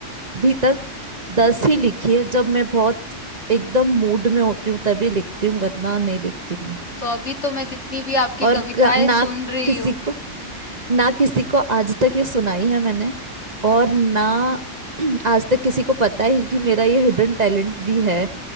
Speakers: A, on the right; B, on the left.
A: अभी तक दस ही लिखी है जब मैं बहुत एकदम मूड में होती हूँ तभी लिखती हूँ वरना नहीं लिखती मैं।
B: तो अभी तो मैं जितनी भी आपकी
A: और
B: कविताएं
A: क- ना
B: सुन रही
A: किसी
B: हूँ
A: को ना किसी को आज तक ये सुनाई है मैंने और ना <clears throat> आज तक किसी को पता है कि मेरा ये हिडन टैलेंट भी है